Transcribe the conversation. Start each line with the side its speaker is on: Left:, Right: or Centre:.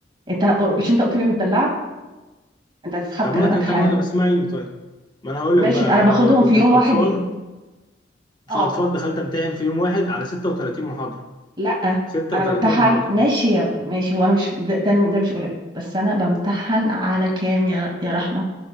Right: أنت مش أنت قلت لي متدلعة أنت هتسحب
Left: طب
Right: كلامك
Left: ما انا طب
Right: حالا
Left: ما انا اسمعيني طيب ما انا هقول
Right: ماشي
Left: لك بقى
Right: أنا باخدهم
Left: انا كنت
Right: في يوم
Left: في
Right: واحد
Left: اطفال
Right: ي-
Left: في
Right: أه
Left: اطفال دخلت امتحن في يوم واحد على 36 محاضره
Right: لأ
Left: 36
Right: أنا بمتحن
Left: محاضره
Right: ماشي يا ماشي هو أنا مش ده, ده, ده مش قليل بس أنا بمتحن على كام يا يا رحمة